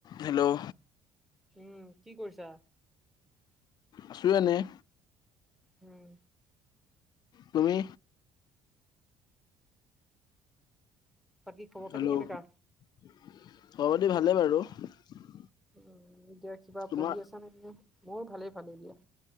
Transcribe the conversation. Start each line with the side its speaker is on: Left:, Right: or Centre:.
Left: Hello
Centre: উম কি কৰিছা?
Left: আছোঁ এনেই
Centre: উম।
Left: তুমি?
Centre: বাকী খবৰ খাতি
Left: হেল্ল'
Centre: কেনেকা?
Left: খবৰ খাতি ভালেই বাৰু <unintelligible>
Centre: উম এতিয়া কিবা
Left: তোমাৰ?
Centre: পঢ়ি আছা নে নে মোৰ ভালেই ভালে এ দিয়া।